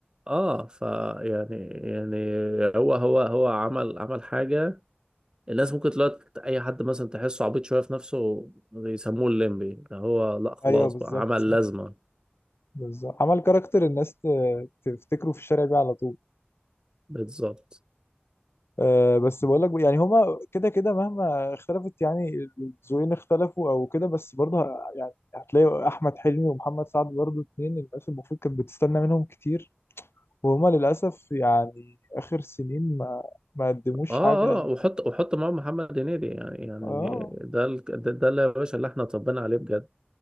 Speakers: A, on the right; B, on the left.
A: اه ف يعني يعني هو هو هو عمل عمل حاجة الناس ممكن دلوقتي اي حد مثلا تحسه عبيط شوية في نفسه يسموه الليمبي ده هو لا خلاص
B: ايوه بالظبط
A: بقى عمل
B: صح
A: لازمة
B: بالظبط عمل كاركتر الناس ت- تفتكره في الشارع بيه على طول
A: بالظبط
B: آه، بس بقول لك يعني هما كده كده مهما اختلفت يعني الذوقين اختلفوا او كده بس برضه ه- يعني هتلاقي احمد حلمي ومحمد سعد برضه اتنين الناس المفروض كانت بتستنى منهم كتير وهما للاسف يعني اخر سنين ما ما قدموش
A: اه
B: حاجه
A: اه وحط وحط معاهم محمد هنيدي يعني يعني
B: اه
A: ده ال- ده, ده اللي يا باشا اللي احنا اتربينا عليه بجد